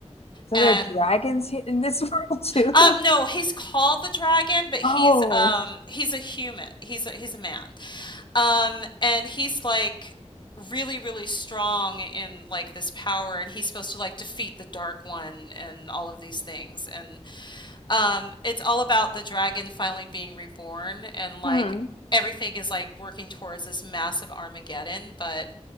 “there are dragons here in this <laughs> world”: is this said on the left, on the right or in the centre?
Left